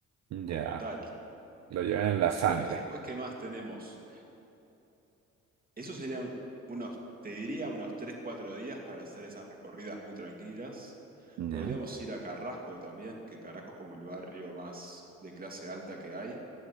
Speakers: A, on the right; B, on the right.
A: como
B: Ya,
A: tal.
B: lo llevan en la sangre.
A: Bueno, después, ¿qué más tenemos? Eso serían unos, te diría, unos 3, 4 días para hacer esas recorridas muy tranquilas.
B: Ya,
A: Podríamos ir a Carrasco también, que Carrasco es como el barrio más de clase alta que hay.